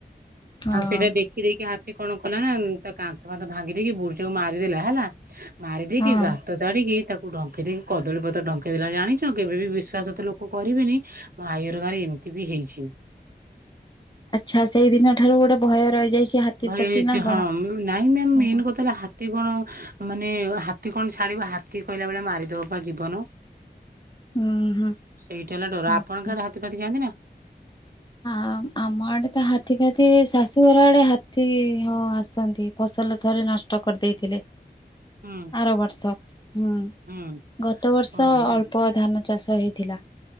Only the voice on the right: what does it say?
ଆଉ ସେଟା ଦେଖ ଖି ଦେଇକି ହାତୀ କଣ କଲା ନା ତା କାନ୍ଥ ଫାନ୍ଥ ଭାଙ୍ଗି ଦେଇକି ବୁଢ଼ୀ ଟାକୁ ମାରି ଦେଲା ହେଲା। ମାରି ଦେଇକି
ଗାତ ତାଡ଼ିକି ତା କୁ ଢଙ୍କେଇ ଦେଇକି କଦଳୀ ପତ୍ର ଢଙ୍କେଇଦେଲା। ଜାଣିଛ କେବେ ବି ବିଶ୍ୱାସ ତ ଲୋକ କରିବେନି। ଆାଈ ଘର ଗାଁରେ ଏମିତି ବି ହେଇଛି।
ଭୟ
ହେଇଛି
ହଁ। ନାଇଁ ମ୍ୟାମ୍
ମେନ୍ କଥା ହେଲା ହା ହାତୀ କଣ ମାନେ ହାତୀ କଣ ଛାଡିବ। ହାତୀ କହିଲା ଭଳିଆ ମାରିଦବ ପା ଜୀବନ।
ସେଇଟା ହେଲା ଡର।
ଆପଣଙ୍କ ଆଡ଼େ ହାତୀ-ଫାତି ଯାଆନ୍ତି ନା?
ହୁଁ।
ହୁଁ
ଓହୋ